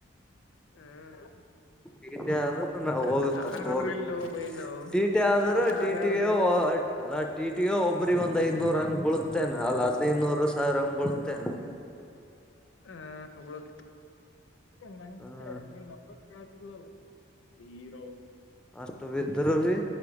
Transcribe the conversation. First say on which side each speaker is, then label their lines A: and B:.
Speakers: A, on the left; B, in the centre.
A: ಹ್ಮ್
B: ಹಗಿದ್ದ ಅದು ನಾವು
A: ಕಾರ್
B: ಹೋಗುತ್ತ ಅಷ್ಟು
A: ಆದ್ರ
B: ಹೋಗುತ್ತ
A: ಎಲ್ಲಿ ಹೋಗ್ಬೇಕು ನಾವು
B: ಟೀಟಿ ಆದ್ರೂ
A: ಕಾರ್
B: ಟೀಟಿಗೆ
A: ಯಾರ್
B: ಅಲ್ಲ ಟೀಟಿಗೆ ಒಬ್ರ ಒಂದ
A: ಬರು
B: ಐದನೂರ ಹಂಗ್ ಬಳತೇನೆ ಅಲ್ಲ ಹದ್ನೈದುನೂರು ಸಾವಿರ ಹಂಗ್ ಬಳತೇನೆ
A: ಹ್ಮ ನಂಜೆ
B: ಹ್ಮ
A: ನೀನ್ ನರ್ ಕೇಳದಿಲ್ಲಲ್ಲ <inaudible> ಹೀರೋ
B: ಅಷ್ಟು ಬಿದ್ರ ಬಿೀ